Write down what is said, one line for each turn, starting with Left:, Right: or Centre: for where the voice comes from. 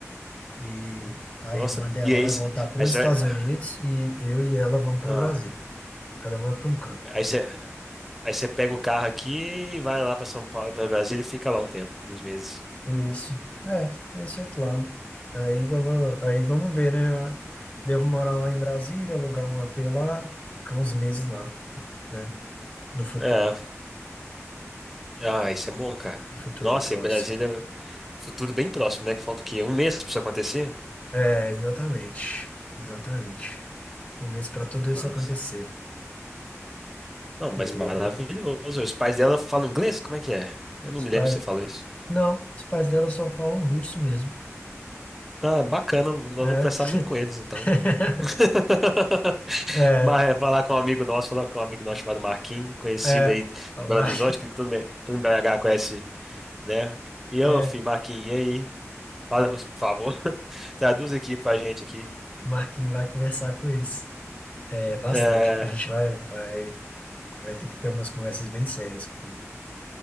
Left: E a
Centre: Nossa.
Left: irmã dela
Centre: E aí,
Left: vai
Centre: c-
Left: voltar para
Centre: aí
Left: os
Centre: você
Left: Estados
Centre: vai. Ah,
Left: Unidos e eu e ela vamos para
Centre: ah,
Left: Brasília. Cada um vai para um canto.
Centre: aí você, aí você pega o carro aqui e vai lá pra São Paulo, pra Brasília e fica lá um tempo, uns meses.
Left: Isso. É, esse é o plano. Aí eu vou, aí vamos ver, né? Devo morar lá em Brasília, alugar um apê lá, ficar uns meses lá, né? No futuro,
Centre: É. Ah, isso é bom, cara.
Left: no futuro
Centre: Nossa,
Left: próximo.
Centre: e Brasília. Futuro bem próximo, né? Que falta o quê? Um mês pra isso acontecer?
Left: É, exatamente. Exatamente. Um mês para tudo isso
Centre: Nossa.
Left: acontecer.
Centre: Não, mas
Left: E
Centre: maravilhoso. Os pais dela falam inglês? Como é que é? Eu não
Left: os
Centre: me
Left: pais.
Centre: lembro se você falou isso.
Left: Não, os pais dela só falam russo mesmo.
Centre: Ah, bacana. Nós vamos
Left: É.
Centre: conversar muito com eles, então.
Left: <laughs>
Centre: <laughs>
Left: É,
Centre: Mas é falar com um amigo nosso, falar com um amigo nosso chamado Marquinhos, conhecido
Left: é.
Centre: aí de
Left: O
Centre: Belo
Left: Mar...
Centre: Horizonte, que todo, me- todo em BH conhece, né?
Left: <laughs>
Centre: E eu,
Left: é,
Centre: fi, Marquinhos, e aí? Fala, por favor. <laughs> Traduz aqui pra gente aqui.
Left: o Marquinhos vai conversar com eles. É, bastante.
Centre: É,
Left: A gente vai, vai, vai ter que ter umas conversas bem sérias com.